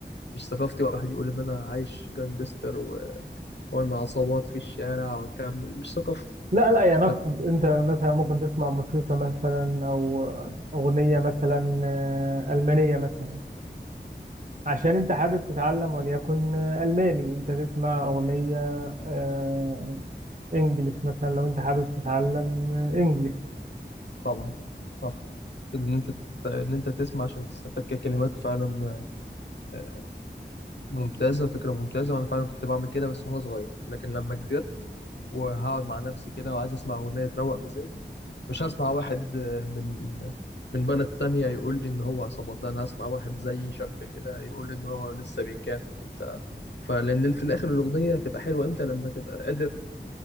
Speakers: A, on the left; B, on the right.
A: مش ثقافتي واحد يقول ان انا عايش جانجستر و... وان عصابات في الشارع والكلام ده. مش ثقافتي
B: لا لا يعني اقصد
A: طب-
B: انت مثلا ممكن تسمع موسيقى مثلا او اغنيه مثلا آه، المانيه مثلا عشان انت حابب تتعلم وليكن الماني انت تسمع اغنيه آه، انجليش مثلا لو انت حابب تتعلم انجليش
A: طبعا صح ان انت ان انت تسمع عشان تستفاد ككلمات فعلا آه، ممتازه فكره ممتازه وانا فعلا كنت بعمل كده بس وانا صغير لكن لما كبرت وهقعد مع نفسي كده وعايز اسمع اغنيه تروق مزاجي مش هسمع واحد آه، من من بلد تانية يقول لي ان هو عصابات لا انا هسمع واحد زي شاب كده يقول لي ان هو لسه بيكافح وبتاع فلان في الاخر الاغنيه هتبقى حلوه امتى لما تبقى قادر